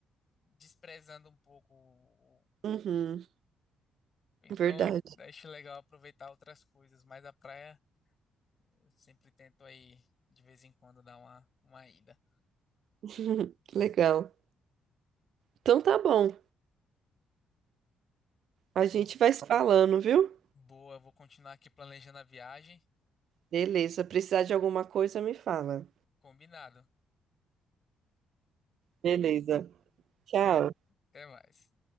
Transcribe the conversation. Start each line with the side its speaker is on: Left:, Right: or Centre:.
Left: desprezando um pouco. o-
Right: Uhum,
Left: Então,
Right: verdade.
Left: acho legal aproveitar outras coisas, mas a praia eu sempre tento aí de vez em quando dar uma, uma ida.
Right: <laughs> Legal. Então tá bom. A gente
Left: Então,
Right: vai se falando, viu?
Left: boa, eu vou continuar aqui planejando a viagem.
Right: Beleza. Precisar de alguma coisa, me fala.
Left: Combinado.
Right: Beleza. Tchau.
Left: Até mais.